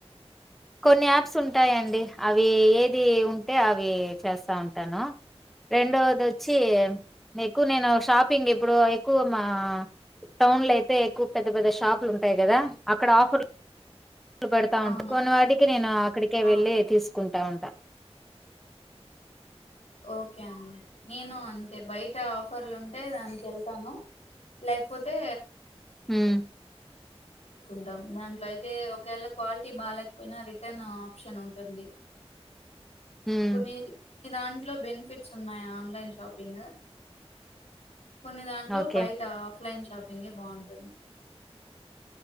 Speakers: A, in the centre; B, on the left.
A: కొన్ని యాప్స్ ఉంటాయండి అవి ఏది ఉంటే అవి చేస్తా ఉంటాను రెండవది వచ్చి మీకు నేను షాపింగ్ ఇప్పుడు ఎక్కువ మా టౌన్లో అయితే ఎక్కువ పెద్ద పెద్ద షాపులు ఉంటాయి కదా అక్కడ ఆఫర్లు లు పెడతా
B: అవును
A: ఉంటే కొన్ని వాటి అక్కడికి నేను అక్కడికే
B: ఆ
A: వెళ్ళి తీసుకుం ట్టా ఉంట
B: ఓకే అండి నేను అంటే బయట ఆఫర్లు ఉంటే దానికి వెళ్తాను లేకపోతే
A: ఉమ్
B: కుంటాం దాంట్లో అయితే ఒకవేళ క్వాలిటీ బాలేకపోయినా రిటర్న్ ఆప్షన్ ఉంటుంది
A: ఉమ్
B: కొన్ని కొన్ని దాంట్లో బెనిఫిట్ ఉన్నాయి ఆన్లైన్ షాపింగ్ కొన్ని దాంట్లో
A: ఓకే
B: బయట ఆఫ్లైన్ షాపింగే బాగుంటుంది